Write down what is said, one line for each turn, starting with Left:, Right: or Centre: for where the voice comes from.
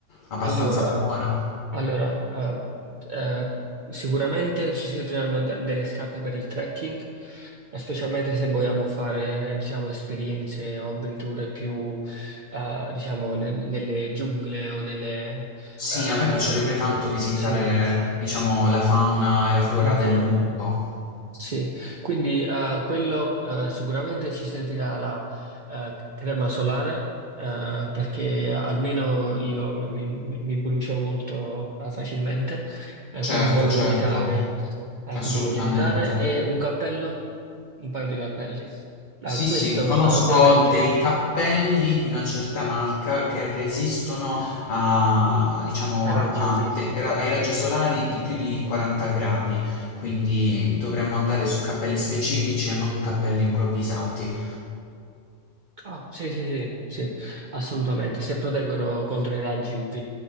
Left: abbastanza
Right: Allora,
Left: buona.
Right: allora, eh, eh, sicuramente ci serviranno de- delle scarpe per il trekking, eh, specialmente se vogliamo fare, diciamo, esperienze o avventure più, eh, diciamo, ne- nelle giungle o nelle...
Left: Sì,
Right: ehm,
Left: a me piacerebbe tanto visitare,
Right: sì,
Left: diciamo, la fauna e la flora
Right: la fauna.
Left: del lupo.
Right: Sì, quindi eh, quello eh, sicuramente ci servirà la eh, crema solare eh, perché almeno io mi, mi- mi brucio molto eh, facilmente, eh,
Left: Certo,
Right: quindi voglio
Left: certo,
Right: evitare, eh,
Left: assolutamente.
Right: quindi voglio evitare e un cappello, un paio di cappelli. Ah,
Left: Sì,
Right: questo
Left: sì, conosco
Right: poi ovviamente
Left: dei cappelli di una certa marca che resistono a, diciamo,
Right: a raggi
Left: a
Right: UV
Left: a tempera- ai raggi solari di più di 40 gradi, quindi dovremmo andare su cappelli specifici e non cappelli improvvisati.
Right: Ah, sì, sì, sì, sì, assolutamente. Se proteggono contro i raggi UV,